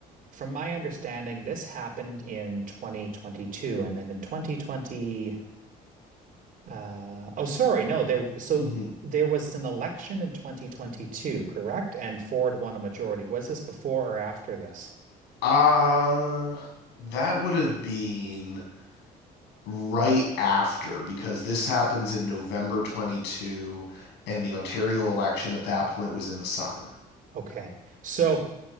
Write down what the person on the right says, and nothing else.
from my understanding, this happened in 2022 and then in 2020. Uh, oh, sorry, no, there. So
there was an election in 2022, correct? And Ford won a majority. Was this before or after this?
Okay. So,